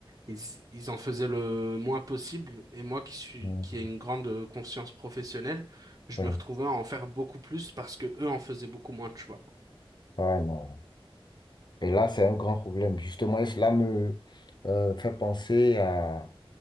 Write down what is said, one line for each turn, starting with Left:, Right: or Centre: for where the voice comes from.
Right: ils, ils en faisaient le moins possible. Et moi, qui suis,
Left: oui,
Right: qui ai une grande euh, conscience professionnelle, je
Left: oui.
Right: me retrouvais à en faire beaucoup plus parce que eux en faisaient beaucoup moins, tu vois.
Left: Ah, non. Et là, c'est un grand problème. Justement, et cela me euh, fait penser à